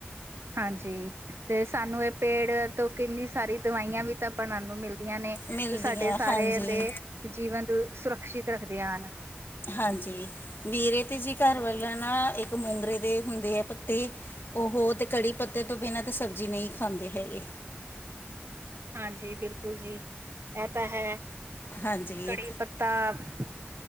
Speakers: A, on the right; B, on the left.
A: ਹਾਂਜੀ, ਤੇ ਸਾਨੂੰ ਇਹ ਪੇੜ ਤੋਂ ਕਿੰਨੀ ਸਾਰੀ ਦਵਾਈਆਂ ਵੀ ਤਾਂ। ਬਣਨ ਨੂੰ ਮਿਲਦੀਆਂ ਨੇ
B: ਮਿਲਦੀਆਂ
A: ਜੋ ਸਾਡੇ ਸਾਰਿਆਂ
B: ਹਾਂਜੀ
A: ਦੇ ਜੀਵਨ ਤੋਂ ਸੁਰੱਖਸ਼ਿਤ ਰੱਖਦੀਆਂ ਹਨ।
B: ਹਾਂਜੀ ਮੇਰੇ ਤੇ ਜੀ ਘਰ ਵਾਲਾ ਨਾ ਇੱਕ ਮੁੰਗਰੇ ਦੇ ਹੁੰਦੇ ਹੈ ਪੱਤੇ। ਉਹ ਤਾਂ ਕੜੀ ਪੱਤੇ ਤੋਂ ਬਿਨਾਂ ਤਾਂ ਸਬਜ਼ੀ ਨਹੀਂ ਖਾਂਦੇ ਹੈਗੇ।
A: ਹਾਂਜੀ ਬਿਲਕੁਲ ਜੀ, ਇਹ ਤਾਂ ਹੈ,
B: ਹਾਂਜੀ
A: ਕੜੀ ਪਤਾ। ਤਾਂ,